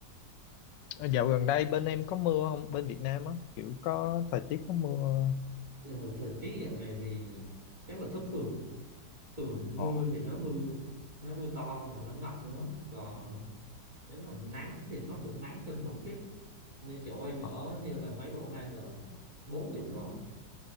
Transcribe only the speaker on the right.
Ừ, thời tiết dạo này thì chắc là thất thường ừ, mưa
thì nó mưa nó mưa to mà nó ngập luôn á còn nếu mà nắng thì nó cũng nắng kinh khủng khiếp như chỗ em ở
như là mấy bữa nay là bốn chục độ